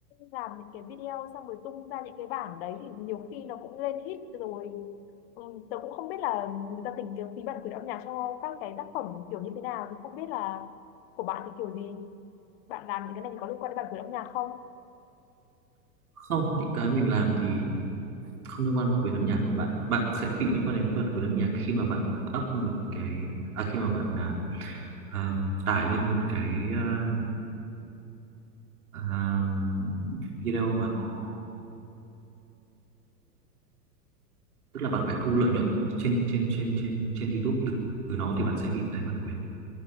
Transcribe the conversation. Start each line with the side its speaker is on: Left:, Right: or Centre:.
Left: làm những cái video xong rồi tung ra những cái bản đấy thì nhiều khi nó cũng lên hit rồi ừ, tớ cũng không biết là người ta tính cái phí bản quyền âm nhạc cho các cái tác phẩm kiểu như thế nào thì không biết là của bạn thì kiểu gì bạn làm những cái này thì có liên quan đến bản quyền âm nhạc không?
Right: không những cái mình làm thì không liên quan với quyền âm nhạc đâu bạn bạn sẽ bị liên quan đến bản quyền âm nhạc khi mà bạn up một cái à, khi mà bạn là à, tải lên một cái à, à, video mà nó tức là bạn phải thu lợi nhuận trên trên trên trên trên YouTube từ, từ nó thì bạn sẽ bị đánh bản quyền